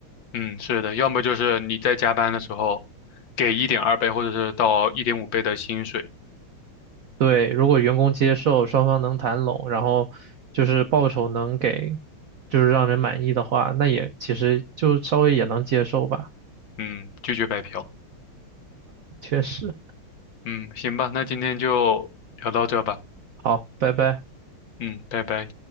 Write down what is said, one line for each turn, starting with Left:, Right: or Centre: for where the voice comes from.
Left: 嗯，是的，要么就是你在加班的时候给一点二倍或者是到一点五倍的薪水，
Right: 对，如果员工接受，双方能谈拢，然后就是报酬能给，就是让人满意的话，那也其实就稍微也能接受吧。
Left: 嗯，拒绝白嫖。
Right: 确实，
Left: 嗯，行吧，那今天就聊到这吧，
Right: 好，拜拜。
Left: 嗯，拜拜。